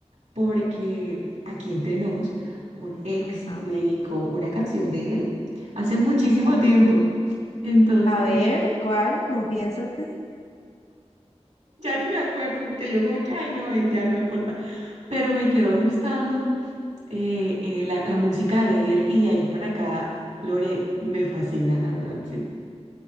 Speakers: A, on the right (about 80°); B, on the left (about 75°).
A: porque aquí entre nos, un ex
B: Ajá.
A: me dedicó una canción de él hace muchísimo tiempo. Entonces,
B: A ver, ¿cuál? Confiésate.
A: ya ni me acuerdo porque yo como que, ay, no, él ya no me importa. Pero me quedó gustando eh, eh, la, la música de él y de ahí para acá, Lore, me fascina, la verdad, sí.